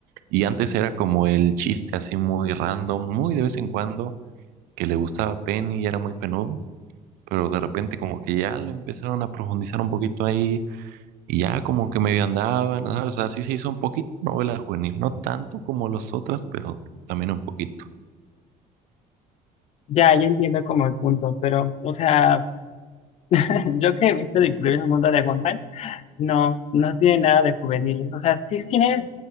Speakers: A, on the right; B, on the left.
A: y antes era como el chiste así muy random, muy de vez en cuando, que le gustaba Penny y era muy penudo, pero de repente como que ya lo empezaron a profundizar un poquito ahí Y ya como que medio andaban, ¿sabes? O sea, sí se hizo un poquito novela juvenil, no tanto como las otras, pero también un poquito.
B: Ya, ya entiendo como el punto, pero, o sea, <laughs> yo que he visto El Increíble Mundo de Gumball, no, no tiene nada de juveniles. O sea, sí sí tiene,